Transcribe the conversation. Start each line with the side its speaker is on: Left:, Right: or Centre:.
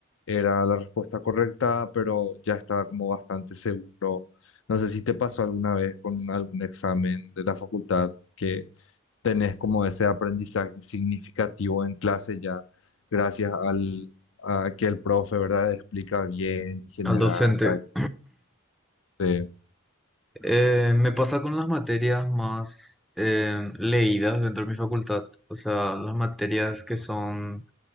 Left: era la respuesta correcta, pero ya estaba como bastante seguro. No sé si te pasó alguna vez con algún examen de la facultad que tenés como ese aprendizaje significativo en clase ya gracias al, a que el profe, ¿verdad? explica bien y genera
Centre: al docente.
Left: esa... este,
Centre: Eh, me pasa con las materias más eh, leídas dentro de mi facultad, o sea, las materias que son